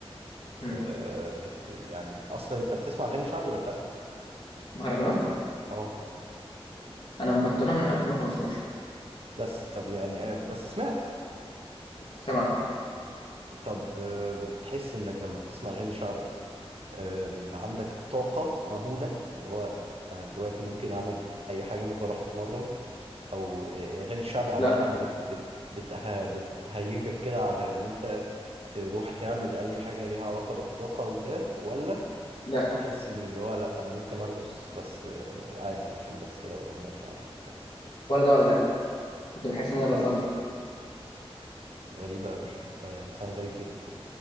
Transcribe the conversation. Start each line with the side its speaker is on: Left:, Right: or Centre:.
Left: مم.
Right: آه، بت... يعني أصلا أنت بتسمع أغاني شعبي ولا لأ؟
Left: مهرجانات
Right: أه
Left: انا مبطلها من 2015
Right: بس طب يعني آه، بس سمعت
Left: سمع
Right: طب آه، بتحس إنك لما بتسمع أغاني شعبي آه، بيبقى عندك طاقة مهولة اللي هو أنا دلوقتي ممكن أعمل أي حاجة ممكن أروح أتمرن أو آه، الأغاني الشعبي عامة
Left: لا
Right: بت بت بتها بتهيجك كده على إن أنت تروح تعمل أي حاجة ليها علاقة بالطاقة وكده ولا
Left: لا
Right: تحس إن اللي هو لأ أنا ممكن أرقص بس آه، عادي عشان بس هي أغنية شعبي وبتاع
Left: ولا ده ولا ده كنت بحس ان انا بلطجي
Right: خالص غريبة أوي <laughs> أنت إنسان غريب جدا